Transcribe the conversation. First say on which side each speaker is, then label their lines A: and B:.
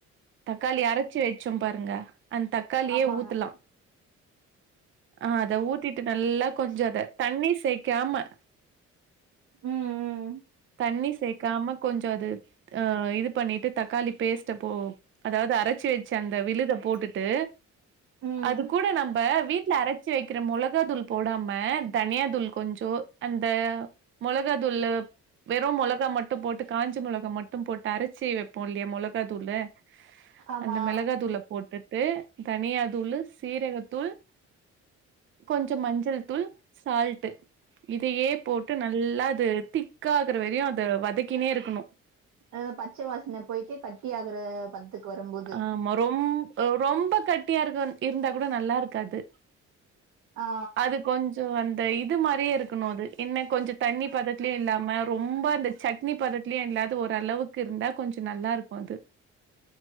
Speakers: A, on the right (about 40°); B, on the right (about 70°).
A: தக்காளி அரச்சி வெச்சோ பாருங்க அந்த் தக்காளியே
B: ஆமாங்க
A: ஊத்துலா ஆ அத ஊத்திட்டு நல்லா கொஞ்சோ அத தண்ணி சேக்காம
B: ம் ம்
A: தண்ணி சேக்காம கொஞ்சோ அது ஆ இது பண்ணிட்டு தக்காளி பேஸ்ட்ட போ அதாவுது அரச்சு வச்ச அந்த விழுதப் போட்டுட்டு
B: ம்
A: அது கூட நம்ப வீட்ல அரச் ச்சி வக்கிற மொளகாத்தூள் போடாம தனியாதூள் கொஞ்சோ அந்த மொளகாத்தூளு வெறு மொளகா மட்டு போட்டு காஞ்ச மொளகா மட் ட்டும் போட்டு அரைச்சி வப்போ இல்லையா மொளகாத்தூளு
B: ஆமா
A: அந்த மெளகாத்தூளப் போட் விட்டு தனியா தூளு சீரகத்தூள் கொஞ்சோ மஞ்சள் தூள் சால்ட்டு இதையே போட்டு நல்லா அது திக் ஆகுற வரையு அத வதக்கினே இருக்கணு
B: அது பச்ச வாசன போயிட்டு கட்டி ஆகுற பதத்துக்கு வருபோது
A: ஆமா. ரொம் அ ரொம்ப கட்டியா இருக்க இருந்தாக் கூட நல்லா இருக்காது
B: ஆ
A: அது கொஞ் சோ அந்த இது மாரியே இருக்கணு அது என்ன கொஞ்சோம் தண்ணி பதத்துலயு இல்லாம ரொம்ப அந்த சட்னி பதத்துலயு இல்லாது ஓரளவுக்கு இருந்தா கொஞ்சோ நல்லா இருக்கும் அது